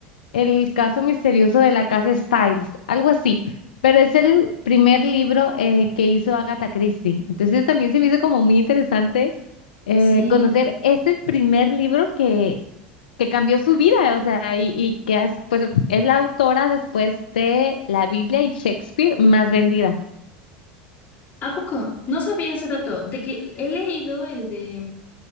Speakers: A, on the left (about 70°); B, on the left (about 30°).
A: El caso misterioso de la casa Styles, algo así, pero es el primer libro eh, que hizo Agatha Christie. Entonces también se me hizo como muy interesante eh,
B: Sí.
A: conocer ese primer libro que, que cambió su vida, o sea, y, y que es, pues, es la autora después de la Biblia y Shakespeare más vendida.
B: ¿A poco? No sabía ese dato, de que he leído el de